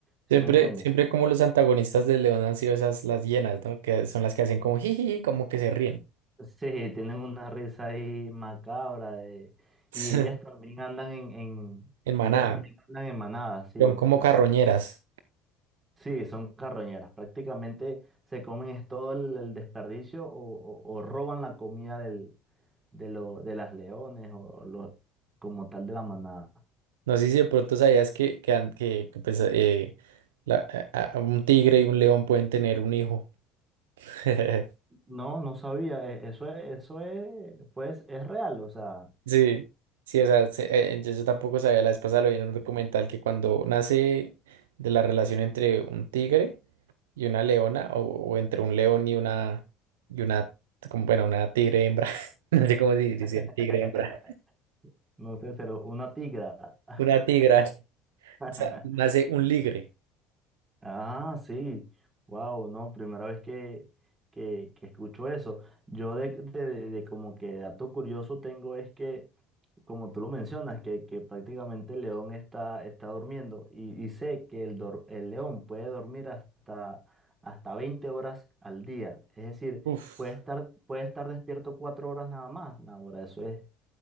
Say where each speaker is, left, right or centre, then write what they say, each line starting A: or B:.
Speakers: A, on the right (about 25°); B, on the right (about 75°).
A: ¿Sí
B: Siempre,
A: me entiendes?
B: siempre
A: <laughs>
B: como los antagonistas de León han sido esas las hienas, ¿no? Que son las que hacen como jiji, como que se ríen
A: Sí, tienen una risa ahí macabra de-
B: <laughs>
A: y ellas también andan en, en-
B: en manada,
A: ellas también andan en manadas, sí,
B: son como
A: claro.
B: carroñeras.
A: Sí, son carroñeras. Prácticamente se comen es todo el, el desperdicio o, o- o roban la comida del, de, lo- de las leones o los, como tal de la manada.
B: No sé si de pronto sabías que, que, an- que- que, pues, eh, la- a- a- un tigre y un león pueden tener un hijo. <laughs>
A: No, no sabía. e- Eso es, eso es, pues es real. O sea,
B: Sí, sí, o sea, se- eh, eh, yo, yo tampoco sabía, la vez pasada lo vi en un documental que cuando nace de la relación entre un tigre y una leona, o, o entre un león y una, y una, como, bueno, una tigre hembra, <laughs> no sé cómo se dice,
A: <laughs>
B: tigre hembra,
A: no sé, pero una tigra.
B: una tigra,
A: <laughs>
B: o sea, nace un ligre.
A: Ah, sí. Wow, no, primera vez que, que, que escucho eso. Yo de, de- de- de como que dato curioso tengo es que, como tú lo mencionas, que, que prácticamente el león está, está durmiendo y, y sé que el, dor- el león puede dormir hasta, hasta 20 horas al día. Es decir,
B: Uf,
A: puede estar, puede estar despierto cuatro horas nada más. No, Ahora, eso es,